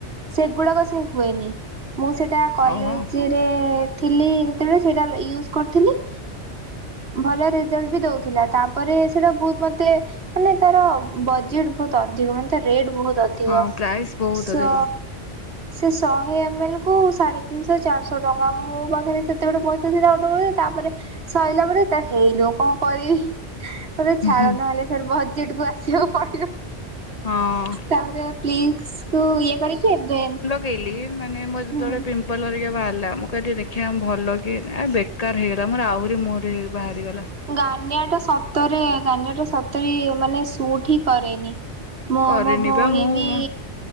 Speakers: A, on the right (about 60°); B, on the left (about 35°).
A: ସେଗୁଡାକ ସେ ହୁଏନି ମୁଁ ସେଇଟା କଲେଜରେ
B: ଓହୋ
A: ଥିଲି ଯେତେବେଳେ ସେଇଟା ୟୁଜ କରିଥିଲି। ଭଲ ରେଜଲଟ୍ ବି ଦୋଉଥିଲା ତାପରେ ସେଟା ବହୁତ ମତେ ମାନେ ତାର ବଜେଟ୍‌ ବହୁତ ଅଧିକ ମାନେ ତା ରେଟ୍ ବହୁତ ଅଧିକ
B: ହଁ ପ୍ରାଇସ୍ ବହୁତ
A: ସ
B: ଅଧିକ
A: ସେ ଶହେ ଏମଏଲ କୁ ସାଢେ ତିନିଶହ ଚାରିଶହ ଟଙ୍କା ମୋ ପାଖରେ ସେତେ ଗୋଟେ ପଇସା ସେଟ ଆଟେ ତାପରେ ସରିଲା ପରେ ତ ହେଇଲୋ କଣ କରିବି।
B: ହୁଁ
A: ଛାଡ଼
B: ହୁଁ
A: ନହେଲେ ଫେରେ ବଜେଟ କୁ ଆସିବାକୁ ପଡିବ।
B: ହଁ।
A: ତାପରେ ପ୍ଲିଜ କୁ ଇଏ କରିକି ଏବେ
B: ପିଇଲି ମାନେ ମୋର ଯେତେବେଳେ
A: ହୁଁ
B: ପିମ୍ପଲ ହେରିକା ବାହାରିଲା ମୁଁ କହିଲି ଦେଖି ଦେଖିଆଁ ଭଲ କି ବେକାର ହେଇଗଲା ମୋର ଆହୁରି ମୋର ହେଇ ବାହାରିଗଲା।
A: ଗାନିଆଁ ଟା ସତରେ ଗାନିଆଁ ଟା ସତରେ ଇଏ ମାନେ ସୁଟ୍ ହିଁ କରେନି। ମୋ
B: କରିନି
A: ମୋ ଭଉଣୀ
B: ବା ମୁଁ
A: ବି